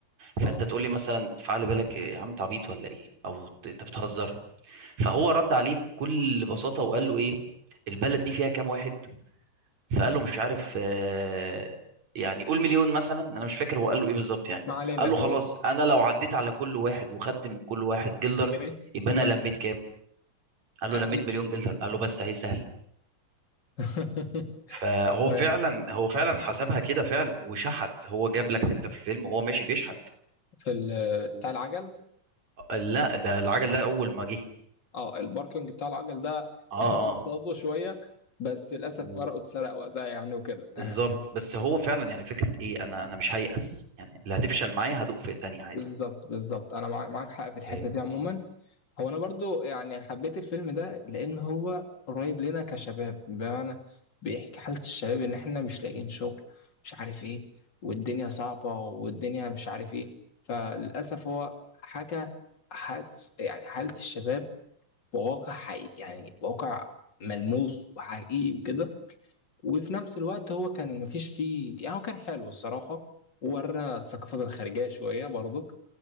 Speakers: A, on the right; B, on the left.
A: فانت
B: اه
A: تقول لي مثلا فعلى بالك إيه يا عم انت عبيط ولا ايه او ت- انت بتهزر فهو رد عليه بكل بساطه وقال له ايه البلد دي فيها كام واحد فقال له مش عارف آه، يعني قول مليون مثلا انا مش فاكر هو قال له ايه بالظبط يعني
B: ما علينا
A: قال له
B: تمام
A: خلاص انا لو عديت على كل واحد وخدت من كل واحد جلدر
B: جنيه
A: يبقى
B: جلد
A: انا لميت كام قال
B: اقل
A: له لميت مليون جلدر قال له بس اهي سهل
B: <laughs>
A: فهو
B: تمام
A: فعلا هو فعلا حسبها كده فعلا وشحت هو جاب لك حتة في الفيلم وهو ماشي بيشحت
B: في ال- بتاع
A: و-
B: العجل
A: لا ده العجل ده اول ما جه
B: اه الباركنج بتاع العجل ده
A: اه
B: <laughs>
A: اه
B: اصطادوا شويه بس للاسف
A: و-
B: فرقه اتسرق وقتها يعني وكده
A: بالظبط
B: <laughs>
A: بس هو فعلا يعني فكرة ايه انا انا مش هيأس يعني اللي هتفشل معايا هدوق في التانية
B: بالظبط بالظبط انا مع- معاك حق في الحته
A: عادي
B: دي عموما هو انا برضو يعني حبيت الفيلم ده لان هو قريب لنا كشباب بمعنى بيحكي حاله الشباب ان احنا مش لاقيين شغل مش عارف ايه والدنيا صعبه والدنيا مش عارف ايه فللاسف هو حاجه حاس يعني حاله الشباب بواقع حقيقي يعني بواقع ملموس وحقيقي وكده وفي نفس الوقت هو كان مفيش فيه يعني هو كان حلو الصراحه وورنا الثقافات الخارجيه شويه برضو